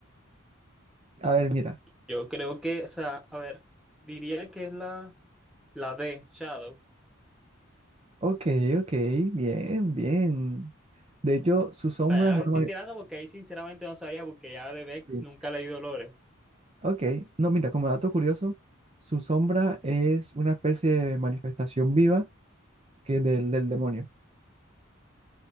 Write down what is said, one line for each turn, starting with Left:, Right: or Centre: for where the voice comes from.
Right: A ver, mira.
Centre: Yo creo que, o sea, a ver, diría que es la, la D, Shadow.
Right: Ok, ok. Bien, bien. De hecho, su sombra
Centre: sea, ya
Right: es
Centre: la
Right: una...
Centre: estoy
Right: ma-
Centre: tirando porque ahí sinceramente no sabía, porque ya de Vex
Right: sí,
Centre: nunca leí Dolores.
Right: Ok. No, mira, como dato curioso, su sombra es una especie de manifestación viva que del, del demonio.